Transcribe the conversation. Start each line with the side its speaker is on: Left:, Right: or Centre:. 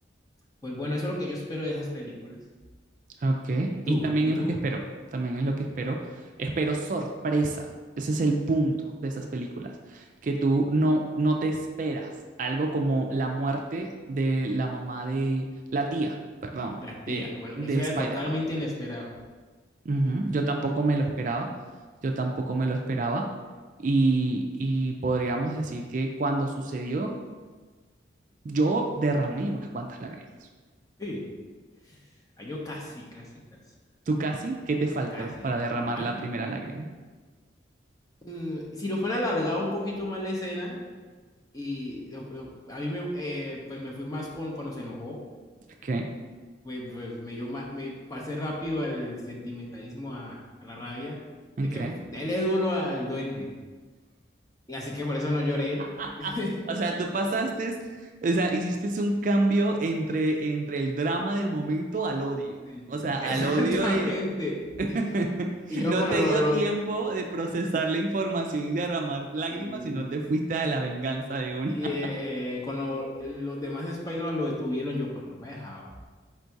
Left: Pues bueno, eso es lo que yo espero de esas películas.
Right: Ok,
Left: ¿Y tú?
Right: y también
Left: ¿Y
Right: es
Left: tú?
Right: lo que espero, también es lo que espero. Espero sorpresa, ese es el punto de esas películas, que tú no, no te esperas algo como la muerte de la mamá de, la tía, perdón,
Left: La
Right: de,
Left: tía. Bueno,
Right: de
Left: eso
Right: Spider-Man.
Left: era totalmente inesperado.
Right: Ujú, Yo tampoco me lo esperaba, yo tampoco me lo esperaba y, y podríamos decir que cuando sucedió, yo derramé unas cuantas lágrimas.
Left: Sí. Ah, Yo casi, casi, casi.
Right: ¿Tú casi? ¿Qué te faltó
Left: Casi.
Right: para derramar
Left: ¿Ah?
Right: la primera lágrima?
Left: Mm, si lo fueran alargado un poquito más la escena, y yo- yo- a mí me, eh, pues me fui más con cuando se enojó
Right: ¿Qué?
Left: me, pues, me, dio ma- me pasé rápido al sentimentalismo, a, a la rabia,
Right: ¿En
Left: de
Right: qué?
Left: que f- dele duro al duende. Y así que por eso no lloré.
Right: <laughs>
Left: <laughs>
Right: O sea, tú pasaste, o sea, hiciste un cambio entre, entre el drama del momento al odio.
Left: Sí,
Right: O sea,
Left: Exactamente.
Right: al odio de... <laughs>
Left: Y yo
Right: no
Left: cuando
Right: te
Left: lo,
Right: dio
Left: lo-
Right: tiempo de procesar la información y derramar lágrimas,
Left: y,
Right: sino te fuiste a la venganza de una.
Left: y, eh, eh, cuando los demás Spider-Man lo detuvieron, yo pues lo he dejado.